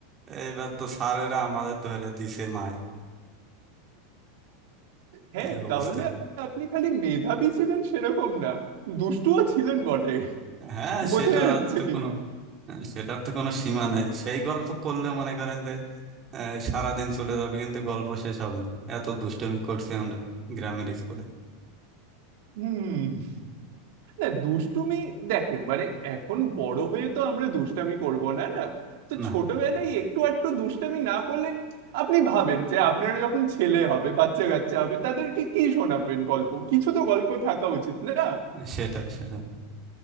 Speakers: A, on the right; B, on the right.
A: এইবার তো স্যারেরা আমাদের ধরে দিছে মায়ের
B: হ্যাঁ
A: এই অবস্থা
B: তাহলে আপনি খালি মেধাবী ছিলেন সেরকম না দুষ্টুও ছিলেন বটে
A: হ্যাঁ
B: বোঝা
A: সেটা
B: যাচ্ছে
A: তো
B: কিন্তু
A: কোনো সেটার তো কোনো সীমা নেই সেই গল্প করলে মনে করেন যে আহ, সারাদিন চলে যাবে কিন্তু গল্প শেষ হবে না এত দুষ্টুমি করছি আমরা গ্রামের স্কুলে
B: হুম না দুষ্টুমি দেখেন মানে এখন বড় হয়ে তো আমরা দুষ্টামি করব না না তো
A: না
B: ছোটবেলায় একটু আধটু দুষ্টামি না করলে আপনি ভাবেন যে আপনার যখন ছেলে হবে বাচ্চা কাচ্চা হবে তাদেরকে কি শোনাবেন গল্প কিছু তো গল্প থাকা উচিত না
A: সেটাই সেটাই